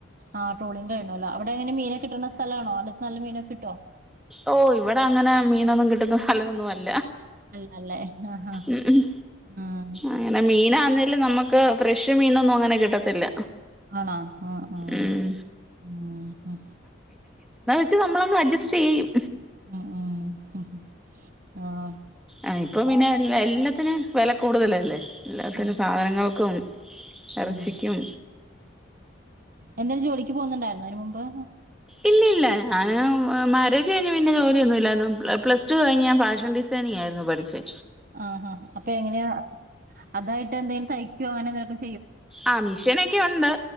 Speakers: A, on the right; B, in the centre.
A: ആ ട്രോളി കഴണല്ലോ അവിടെങ്ങനെ മീന കിട്ടണ സ്ഥലണോ അതു നല്ല മീനൊക്കെ കിട്ടോ?
B: ഓ ഇവിടെ അങ്ങനെ മീ ന്നൊന്നു കിട്ടുന്നസ് ഹലോന്നുല്ല
A: അല്ലല്ലേ ആഹാ
B: ഉം ഉം
A: ആഹ്
B: അങ്ങനെ മീനാന്ന് ൽ നമുക്ക് ഫ്രഷ് മീനൊന്നും അങ്ങനെ കിട്ടത്തില്ല
A: ആണാ ആഹ് ആഹ്
B: ഉം
A: ഉം ഉം.
B: റ്റ് നമ്മളങ് അട്ജ ശ്രീയും.
A: ഉം ഉ ഉം ആഹ്.
B: ആഹ് ഇപ്പൊ പിന്നെ എല്ല എല്ലത്തിനും വെല കൂടുതലല്ലേ. എല്ലാത്തിനും
A: ആഹ്
B: സാധനങ്ങൾക്കും. എറച്ചിക്കും
A: ആഹ്. എന്തേ ജോലിക്ക് പോകുന്നുണ്ട ന്നന് മുമ്പ് ആഹ്.
B: ഇല്ല ഇല്ല ഞാന് മാരേജ് കഴിഞ് പിന്നെ ജോലിയൊന്നും ഇല്ലാരുന്നു പ്ലസ്ടു കഴിഞ്ഞ് ഞാൻ ഫാഷൻ ഡിസൈനിങ് ആരുന്നു പഠിച്ചെ
A: ആഹ് ആ അപ്പൊ എങ്ങനെയ അതായി എന്തെലും തയ്ക്കോ അങ്ങനെന്തേലും
B: ആ മിഷനൊക്കെ ഒണ്ട്